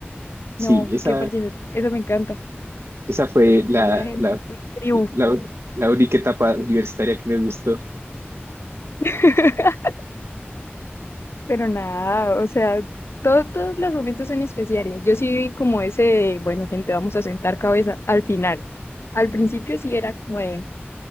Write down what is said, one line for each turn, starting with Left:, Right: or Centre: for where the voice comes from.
Right: Sí,
Left: No,
Right: esa,
Left: qué parche, eso me encanta.
Right: esa fue la,
Left: O sea, gente,
Right: la,
Left: tribu.
Right: la, la única etapa universitaria que me gustó.
Left: <laughs> Pero nada, o sea, todo- todos los momentos son especiales. Yo sí vi como ese, de, bueno, gente, vamos a sentar cabeza al final. Al principio sí era como de,